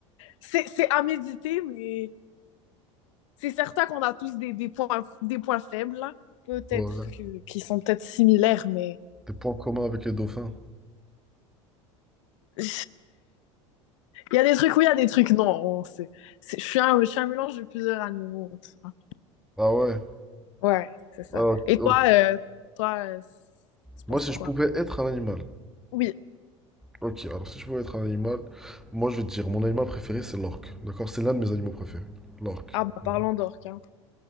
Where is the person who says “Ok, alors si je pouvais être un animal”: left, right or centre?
Centre